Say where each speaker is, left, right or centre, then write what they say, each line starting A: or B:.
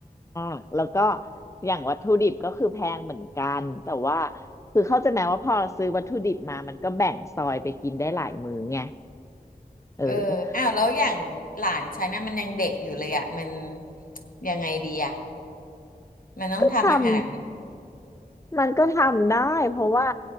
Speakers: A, on the left; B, on the left.
A: กแล้วก็อย่างวัตถุดิบก็คือแพงเหมือนกันแต่ว่าคือเข้าใจไหมว่าพอเราซื้อวัตถุดิบมามันก็แบ่งซอยไปกินได้หลายมื้อไง เออ
B: เอออ้าวแล้วอย่างหลานฉันน่ะมันยังเด็กอยู่เลยอะมันยังไงดีอะมันต้องทำอาหาร
A: ทำมันก็ทำได้เพราะว่า